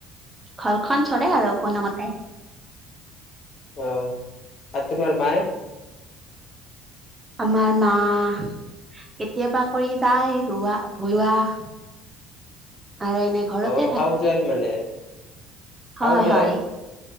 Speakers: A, on the right; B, on the left.
A: ঘৰখন চলে আৰু কোনোমতে।
B: অঁ। আৰু তোমাৰ মায়ে?
A: আমাৰ মা কেতিয়াবা কৰি যায় ৰোৱাা ভৰুৱা <inaudible> আৰু এনে ঘৰতে
B: অ'
A: থাকে।
B: হাউচ ৱাইফ মানে।
A: হয়
B: হাউচ
A: হয়।
B: ৱাইফ